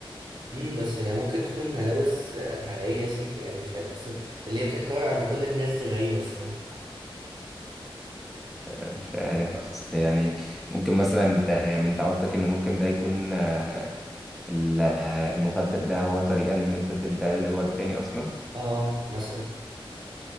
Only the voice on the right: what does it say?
امم بس هي ممكن تكون هلاوس آه، حقيقيه سيك يعني مش عارف اصل اللي هي بتتكرر عند كل الناس دي غريبه الصراحه
اه مثلا